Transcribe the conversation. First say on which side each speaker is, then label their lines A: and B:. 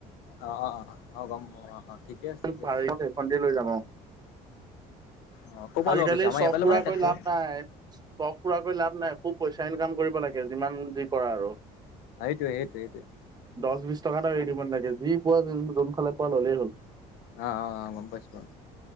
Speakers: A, on the left (about 80°); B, on the right (about 25°).
A: অ' অ' অ' গম অ'। ঠিকে
B: যোনখন
A: আছে ঠিকে
B: পাৰি
A: আছে
B: সেইখন দিয়ে লৈ যাম আৰু।
A: অ'। ক'ৰ পৰা
B: আজিকালি
A: ল'ব পিছে আমাৰ
B: চখ
A: ইয়াৰ পৰা ল'বা
B: পুৰাকৰি
A: নে তেজপুৰৰ
B: লাভ নাই চখ পুৰাকৰি লাভ নাই খুব পইচা ইনকাম কৰিব লাগে যিমান যি কৰা আৰু
A: সেইটোৱে- সেইটোৱে -সেইটোৱে।
B: দহ বিশ টকা এটাও এৰি নালাগে যি পোৱা যোনফালে পোৱা ল'লেই হ'ল।
A: অ' অ' অ' গম পাইছোঁ।